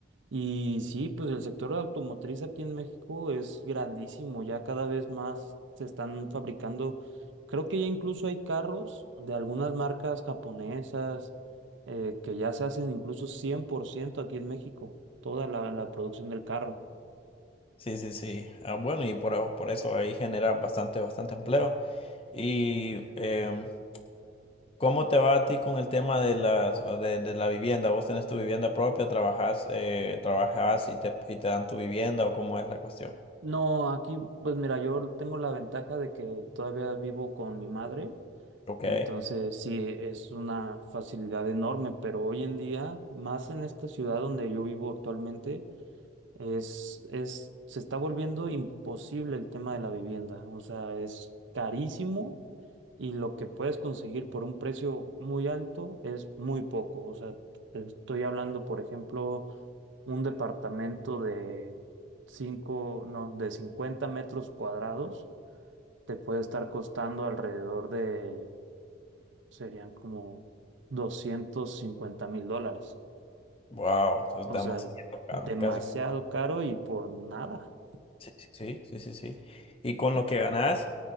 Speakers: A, on the right (about 80°); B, on the left (about 30°).
A: y sí, pues el sector automotriz aquí en México es grandísimo, ya cada vez más se están fabricando, creo que ya incluso hay carros de algunas marcas japonesas eh, que ya se hacen incluso 100% aquí en México, toda la, la producción del carro.
B: Sí, sí, sí. Ah, bueno, y por, por eso ahí generan bastante, bastante empleo. Y em, ¿Cómo te va a ti con el tema de las o de, de la vivienda? ¿Vos tenés tu vivienda propia, trabajas, eh, trabajas y te, y te dan tu vivienda o cómo es la cuestión?
A: No, aquí, pues mira, yo tengo la ventaja de que todavía vivo con mi madre.
B: Ok,
A: Entonces, sí, es una facilidad enorme, pero hoy en día, más en esta ciudad donde yo vivo actualmente, es, es, se está volviendo imposible el tema de la vivienda. O sea, es carísimo y lo que puedes conseguir por un precio muy alto es muy poco. O sea, te estoy hablando, por ejemplo, un departamento de cinco no, de 50 metros cuadrados te puede estar costando alrededor de serían como doscientos cincuenta mil dólares.
B: wow, eso es
A: O
B: demasiado
A: sea,
B: caro,
A: demasiado
B: casi,
A: caro y por nada.
B: sí, sí, sí, sí, sí. Y con lo que ganás,